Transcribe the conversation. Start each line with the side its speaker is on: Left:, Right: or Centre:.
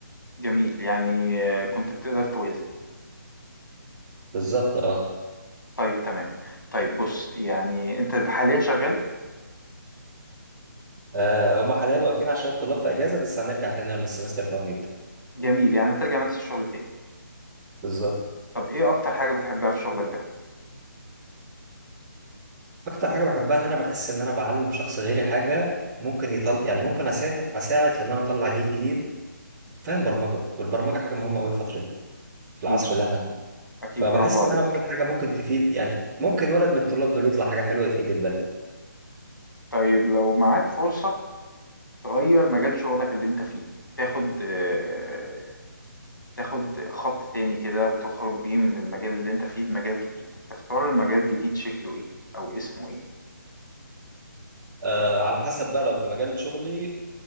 Left: جميل يعني آه، كنت بتقدر توازن
Right: بالظبط اه
Left: طيب تمام طيب بص يعني انت حاليا شغال
Right: آه، هما حاليا واقفين عشان الطلاب في اجازه بس هنرجع تاني لما السمستر بتاعهم يبدا
Left: جميل يعني هترجع نفس الشغل تاني
Right: بالظبط
Left: طب ايه اكتر حاجة بتحبها في شغلك ده
Right: اكتر حاجه بحبها ان انا بحس ان انا بعلم شخص غيري حاجه ممكن يطل يعني ممكن اساعد اساعد في ان انا اطلع جيل جديد فاهم برمجه والبرمجه حاجه مهمه قوي الفتره دي في العصر
Left: اكيد
Right: اللي احنا فيه
Left: اكيد
Right: فبحس
Left: برافو عليك
Right: ان انا بعمل حاجه ممكن تفيد يعني ممكن ولد من الطلاب دول يطلع حاجه حلوه يفيد البلد
Left: طيب لو معاك فرصة تغير مجال شغلك اللي انت فيه تاخد آه، تاخد خط تاني كده وتخرج بيه من المجال اللي انت فيه لمجال جديد تختار المجال الجديد شكله ايه او اسمه ايه
Right: آه على حسب بقى لو في مجال شغلي